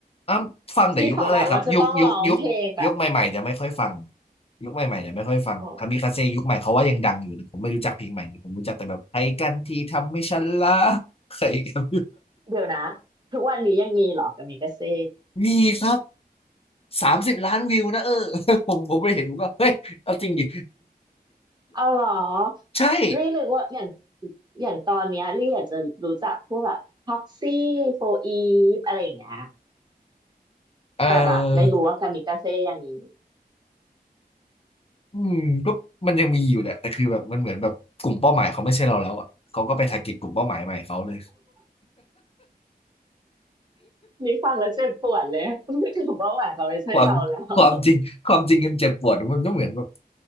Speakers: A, on the left; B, on the right.
A: อ้ำฟังแต่ยุคแรกๆครับยุคยุคยุคยุคใหม่ๆจะไม่ค่อยฟัง
B: ที่เขาแบบว่าจะต้องร้องเพลงแบบ
A: ยุคใหม่ๆจะไม่ค่อยฟังคามิคาเซ่ยุคใหม่เขาว่ายังดังอยู่แต่ผมไม่รู้จักเพลงใหม่ผมรู้จักแต่แบบใค้กันที่ทำให้ฉันรักใครกัน
B: อ๋อเดี๋ยวนะทุกวันนี้ยังมีเหรอกามิกาเซ่
A: <laughs> มีครับ สามสิบล้านวิวนะเออ <laughs> ผมผมไปเห็นผมก็เฮ้ยเอาจริงดิ
B: เอาเหรอ
A: <laughs> ใช่
B: ลี่นึกว่าอย่างอย่างตอนเนี้ยลี่อาจจะรู้จักพวกแบบท็อกซี่โฟอีฟอะไรอย่างเงี้ย
A: เออ
B: แต่แบบไม่รู้ว่ากามิกาเซ่ยังมีอยู่
A: อืมก็มันยังมีอยู่แหละแต่คือแบบมันเหมือนแบบกลุ่มเป้าหมายเขาไม่ใช่เราแล้วอ่ะเขาก็ไปทาร์เก็ตกลุ่มเป้าหมายใหม่เขาเลย
B: นี่ฟังแล้วเจ็บปวดเลย <laughs> รู้สึกว่าหวานเขาไม่ใช่เราแล้ว
A: ความความจริงความจริงมันเจ็บปวดมันก็เหมือนแบบ